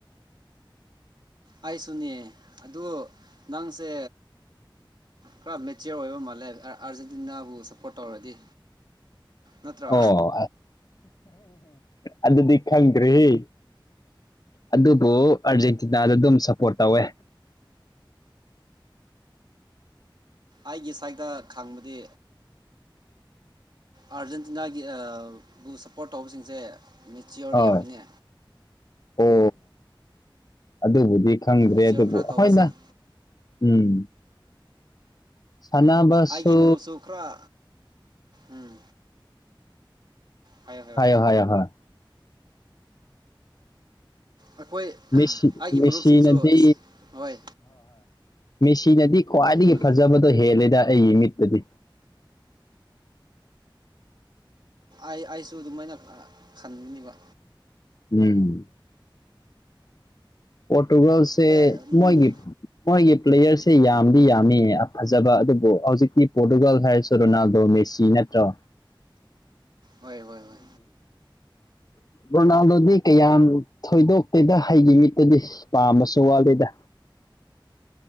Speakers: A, on the right; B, on the left.
A: ꯑꯩꯁꯨꯅꯦ ꯑꯗꯨ ꯅꯪꯁꯦ ꯈꯔ ꯃꯦꯆꯤꯌꯣꯔ ꯑꯣꯏꯕ ꯃꯥꯜꯂꯦ ꯑꯥꯔꯖꯦꯟꯇꯤꯅꯥꯕꯨ ꯁꯞꯄꯣꯔꯠ ꯇꯧꯔꯗꯤ ꯅꯠꯇ꯭ꯔꯣ
B: ꯑꯣ ꯑꯗꯨꯗꯤ ꯈꯪꯗ꯭ꯔꯦꯍꯦ ꯑꯗꯨꯕꯨ ꯑꯔꯖꯦꯟꯇꯤꯅꯥꯗ ꯑꯗꯨꯝ ꯁꯄꯣꯔꯠ ꯇꯧꯋꯦ <unintelligible>
A: ꯑꯩꯒꯤ ꯁꯥꯏꯗ ꯈꯪꯕꯗꯤ ꯑꯥꯔꯖꯦꯟꯇꯤꯅꯥꯒꯤ ꯕꯨ ꯁꯞꯄꯣꯔꯠ ꯇꯧꯕꯁꯤꯡꯁꯦ ꯃꯦꯆꯤꯌꯣꯔ
B: ꯍꯣꯏ
A: ꯌꯥꯃꯤꯅꯦ
B: ꯑꯣ ꯑꯗꯨꯕꯨꯗꯤ ꯈꯪꯗ꯭ꯔꯦ
A: ꯃꯦꯆꯤꯌꯣꯔ
B: ꯑꯗꯨꯕꯨ
A: ꯈꯔ ꯇꯧꯕꯁꯤꯡ
B: ꯍꯣꯏꯗ ꯎꯝ ꯁꯥꯟꯅꯕꯁꯨ
A: ꯑꯩꯒꯤ ꯃꯔꯨꯞꯁꯨ ꯈꯔ ꯎꯝ ꯍꯥꯏ- ꯍꯥꯏꯣ
B: ꯍꯥꯏꯌꯣ ꯍꯥꯏꯌꯣ ꯍꯣꯏ
A: ꯑꯩꯈꯣꯏ
B: ꯃꯦꯁꯤ
A: ꯑꯩꯒꯤ
B: ꯃꯦꯁꯤꯅꯗꯤ
A: ꯃꯔꯨꯞꯁꯤꯡꯁꯨ ꯍꯣꯏ
B: ꯃꯦꯁꯤꯅꯗꯤ ꯈ꯭ꯋꯥꯏꯗꯒꯤ
A: ꯎꯝ
B: ꯐꯖꯕꯗꯣ ꯍꯦꯜꯂꯦꯗ ꯑꯩꯒꯤ ꯃꯤꯠꯇꯗꯤ
A: ꯑꯩ -ꯑꯩꯁꯨ ꯑꯗꯨꯃꯥꯏꯅ ꯈꯟꯕꯅꯤꯕ
B: ꯎꯝ ꯄꯣꯔꯇꯨꯒꯜꯁꯦ
A: ꯑꯦ ꯎꯝ
B: ꯃꯣꯏꯒꯤ- ꯃꯣꯏꯒꯤ ꯄ꯭ꯂꯦꯌꯔꯁꯦ ꯌꯥꯝꯗꯤ ꯌꯥꯝꯃꯤ ꯐꯖꯕ ꯑꯗꯨꯕꯨ ꯍꯧꯖꯤꯛꯇꯤ ꯄꯣꯔꯇꯨꯒꯥꯜ ꯍꯥꯏꯔꯁꯨ ꯔꯣꯅꯥꯜꯗꯣ ꯃꯦꯁꯤ ꯅꯠꯇ꯭ꯔꯦ ꯠꯇ꯭ꯔꯣ
A: ꯍꯣꯏ ꯍꯣꯏ ꯍꯣꯏ
B: ꯔꯣꯅꯥꯜꯗꯣꯗꯤ ꯀꯌꯥꯝ ꯊꯣꯏꯗꯣꯛꯇꯦꯗ ꯍꯩꯒꯤ ꯃꯤꯠꯇꯗꯤ ꯄꯥꯝꯃꯁꯨ ꯋꯥꯠꯂꯤꯦꯗ <unintelligible>